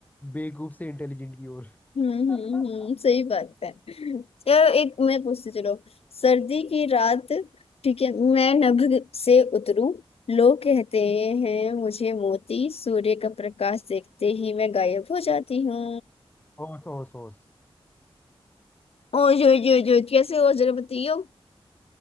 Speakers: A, on the left (about 15°); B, on the left (about 70°).
A: बेवकूफ से इंटेलिजेंट की ओर
B: हम्म
A: <laughs>
B: हम्म हम्म सही बात है चलो एक मैं पूछती चलो सर्दी की रात ठीक है मैं नभ से उतरूं लोग कहते हैं मुझे मोती सूर्य का प्रकाश देखते ही मैं गायब हो जाती हूँ
A: होश होश होश
B: ओ जो जो जो कैसे हो जरा बताइयो